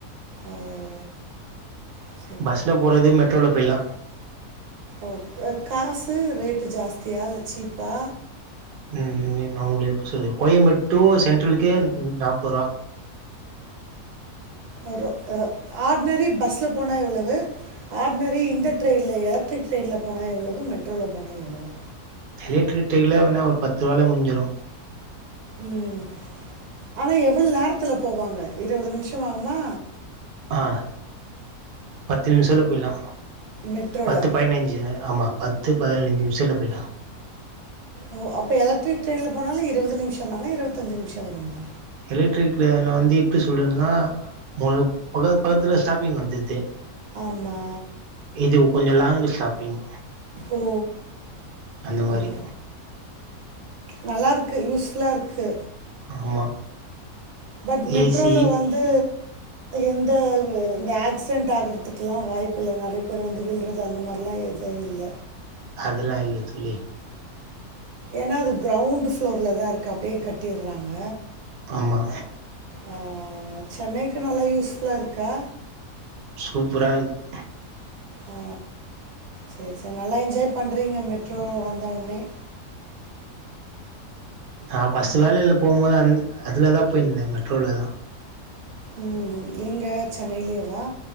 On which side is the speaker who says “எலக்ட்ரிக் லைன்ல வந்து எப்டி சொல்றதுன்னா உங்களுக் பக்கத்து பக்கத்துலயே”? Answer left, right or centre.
Right